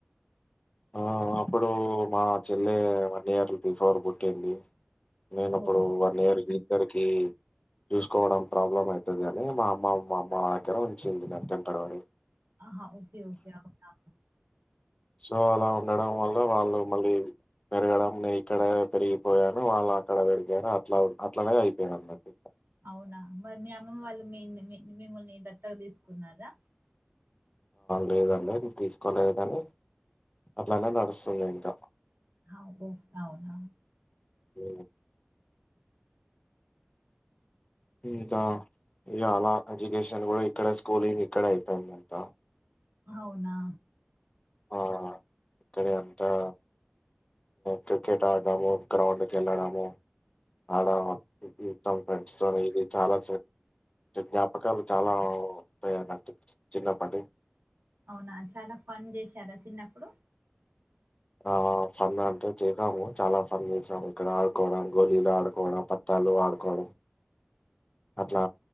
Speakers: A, on the left (about 25°); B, on the right (about 65°).
A: ఆ అప్పుడు మా చెల్లె వన్ ఇయర్ బిఫోర్ పుట్టింది నేను
B: ఓహో!
A: ఇప్పుడు వన్ ఇయర్ ఇద్దరికీ చూసుకోవడం ప్రాబ్లం అయితాది అని మా అమ్మ మా అమ్మ వల్ల దగ్గర ఉంచింది నా టెంపరవరీ
B: ఆహా ఓకే ఓకే అవునా
A: సో అలా ఉండడం వల్ల వాళ్ళు మళ్ళీ పెరగడం నేను ఇక్కడ పెరిగిపోయాను వాళ్ళు అక్కడ పెరిగాను అట్లా అట్లనే అయిపోఇది అన్నట్టు
B: అవునా మరి మీ అమ్మమ్మ వాళ్ళు మిమ్మల్ని దత్తగా తీసుకున్నారా
A: లేదండి తీసుకోలేదు కానీ అట్లానే నడుస్తుంది ఇంకా
B: అ ఓ అవున
A: ఊ ఇంకా చాలా ఎడ్యుకేషన్ కూడా ఇక్కడ స్కూలింగ్ ఇక్కడ అయిపోయింది అంత,
B: అవునా
A: ఆ ఇక్కడె అంతా క్రికెట్ ఆడము గ్రౌండ్కి వెళ్ళడము ఆడము ఫ్రెండ్స్ తో ఇది చాలా జ్ఞాపకాలు చాలా ఉంటాయన్న చిన్నప్పటి
B: అవునా చాలా ఫన్ చేశారా చిన్నప్పుడు
A: ఆ ఫన్ అంటే చేసాము చాలా ఫన్ చేసాము ఇక్కడ ఆడుకోవడం గోళలు ఆడుకోవడం పత్తాలు ఆడుకోవడం అట్లా